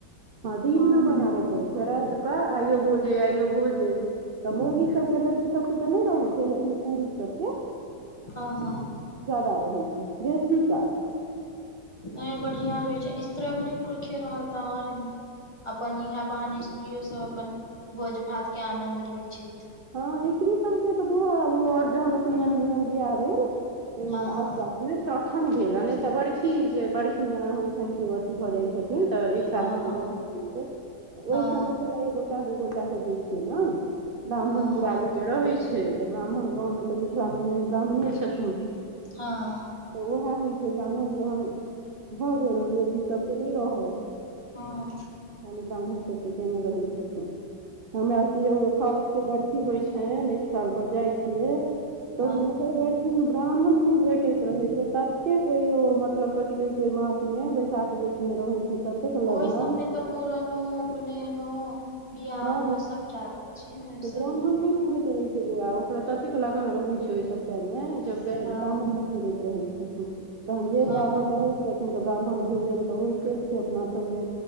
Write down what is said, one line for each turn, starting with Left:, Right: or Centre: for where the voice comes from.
Right: हँ दिन मे बनाबऽ पड़ैत छै राति कऽ आइयो जे आइयो भोजे तऽ मौगी सबके लड़की सबके तऽ नहि रहै छै लेकिन पुरुष सबके
Left: हँ हँ
Right: जादा रहै छै बेसी काल
Left: नहि बढ़ियां रहै छै इसत्र्गने पुरखे रहल तऽ आओर नीक अपन इहा बहाने स्त्रीयो सब अपन भोज भात के आनंद लै छथि
Right: हँ स्त्री सबके तऽ बुआ आओर जहन उपनयन मुड़न बियाह भेल
Left: हँ
Right: आसपासमे
Left: हँ
Right: तखन भेल ह नहि तऽ बर्खी जे बर्खी जेना होइत छनि केओ अथी भऽ जाइत छै छथिन तऽ एक साल
Left: हँ
Right: के जे
Left: हँ
Right: बड़खी होइ छै ओहि
Left: हँ
Right: समयमे एक गोटा दू गोटाके दै छै न ब्राह्मण
Left: हँ
Right: पूरा
Left: हँ
Right: गाँव के रहै छै तऽ ब्राह्मण गाँवमे तऽ मिथिला मे मेन ब्राह्मणे छथिन
Left: हँ
Right: तऽ उएह होइ छै ब्राह्मण जहन भऽ गेलै लेडीज सब तऽ नहि रहल
Left: हँ
Right: खाली ब्राह्मण सबके देने करै छथिन हमरा सबके साउस के बड़खी ‌ होइ छनि एक साल पर जाइ छिये छिये तऽ
Left: हँ
Right: हुनकर बड़खी मे ब्राह्मण नहि भेटैत रहै छै ततेक ओ मत मतलब कथी कहै छै ओहि मास मे बैसाख जेठ मे रहै छै ततेक लगन
Left: ओहि सबमे तऽ मुड़नो उपनयनो बियाहो
Right: हँ
Left: सबटा रहै छै ने ओहि
Right: तऽ
Left: सबमे
Right: ब्राह्मण नहि पुरैत रहे छै बौआ ओकरा ततेक लगन रहैत छै ओहि सब टाइम मे जब
Left: हँ
Right: ब्र्म पुरैत रहै छै तहन जे
Left: हँ
Right: ब्राह्मण रहै छथिन तऽ ब्राह्मण भोजन तऽ होइते छै अपना सभमे